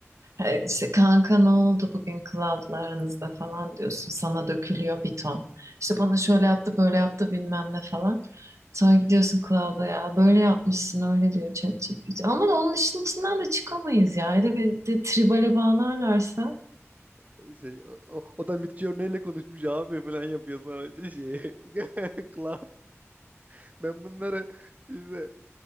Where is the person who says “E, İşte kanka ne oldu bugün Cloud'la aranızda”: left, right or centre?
Right